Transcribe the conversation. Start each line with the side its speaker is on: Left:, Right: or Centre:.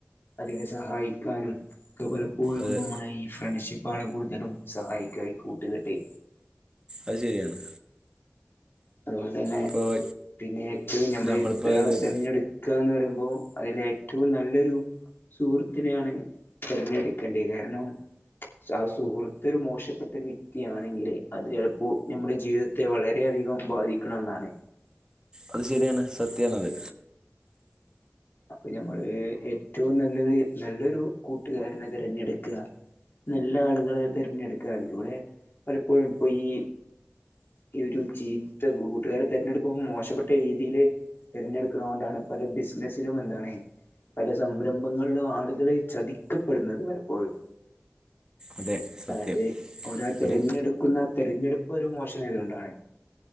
Left: അതിനെ സഹായിക്കാനും ഒക്കെ പല ഇപ്പോഴും
Right: അതെ
Left: നമ്മളെ ഈ ഫ്രണ്ട്ഷിപ്പാണ് കൂടുതലും സഹായിക്കാ ഈ കൂട്ടുകട്ടെ
Right: അയ്ശരിയാണ്.
Left: അതുപോലെ തന്നെ
Right: ഇപ്പോൾ
Left: പിന്നെ ഏറ്റവും നമ്മൾ
Right: നമ്മളിപ്പോൾ
Left: ഒരാളെ തെരഞ്ഞെടു ക്കാന്ന് പറയുമ്പോ അതിലേറ്റവും നല്ലൊരു സുഹൃത്തിനെയാണ് തിരഞ്ഞെടുക്കേണ്ടഅ് കാരണം ക്ഷാ ആഹ് സുഹൃത്തൊരു മോശപ്പെട്ട ഒരു വ്യക്തിയാണെങ്കിൽ അത് ചിലപ്പോ നമ്മുടെ ജീവിതത്തെ വളരെയധികം ബാധിക്കുണൊന്നാണ്.
Right: അത് ശരിയാണ് സത്യാണത്
Left: <inaudible> അപ്പൊ ഞമ്മള് ഏറ്റവും നല്ലത് നല്ലൊരു കൂട്ടുകാരനെ തിരഞ്ഞെടുക്കാ നല്ല ആളുകളെ തിരഞ്ഞെടുക്കാ അതിലൂടെ പലപ്പോഴും ഇപ്പോ ഈ ഈ ഒരു ചീത്ത കൂട്ടുകാരെ തിരഞ്ഞെടുക്കുമ്പോ മോശപ്പെട്ട രീതിയില് തിരഞ്ഞെടുക്കുണോണ്ടാണ് പല ബിസിനസ്സ് ത്തിലും എന്താണ് പല സംരംഭങ്ങളിലും ആളുകള് ചതിക്കപ്പെടുന്നത് പലപ്പോഴും
Right: അതെ സത്യം
Left: അതായത് ഓരാ തിരഞ്ഞെടുക്കുന്ന
Right: ഒരു
Left: തിരഞ്ഞെടുപ്പ് ഒരു മോശം ആയതു കൊണ്ടാണ്